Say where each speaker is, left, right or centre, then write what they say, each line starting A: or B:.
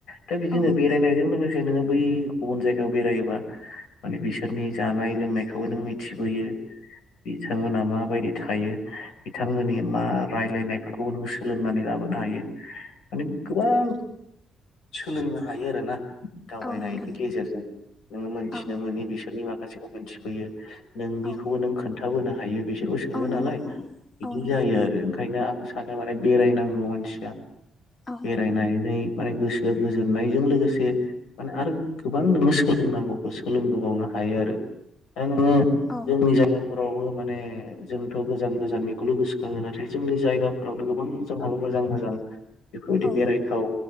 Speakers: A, on the left (about 80°); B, on the left (about 35°).
A: दा बिदिनो
B: औ
A: बेरायनायजों लोगो से नोङो बै गुबुन जायगायाव बेरायोबा माने बिसोरनि जानाय लोंनायखौबो नों मिथिबोयो बिथांमोना माबायदि थायो बिथांमोननि मा रायलायनायफोरखौबो नों सोलोंनानै लाबोनो हायो। माने गोबां सोलोंनो हायो आरोना। दावबायनायनि
B: औ नोंथां
A: गेजेरजों नोङो मोनथिनो
B: औ
A: मोनि बिसोरनि मा खासेखौ मोनथिफैयो नोंनिखौबो
B: औ
A: नों खोन्थाबोनो हायो बिसोरबो सोङो
B: औ नंगौ
A: नालाय। बिदि
B: औ नंगौ
A: जायो आरो ओंखायनो आं सानो माने बेरायनांगौ मानसिया।
B: औ
A: बेरायनानै माने गोसोआ गोजोननायजों लोगोसे माने आरो गोबां नोङो सोलों नांगौखौ सोलोंबोबावनो हायो आरो। दा नोङो
B: औ
A: जोंनि जायगाफोरावबो माने जोंथ' गोजा-गोजाननिखौल' गोसोखाङो नाथाय जोंनि जायगाफोरावनो गोबां जोंहाबो मोजां-मोजां बेफोरबायदि
B: औ
A: बेरायथाव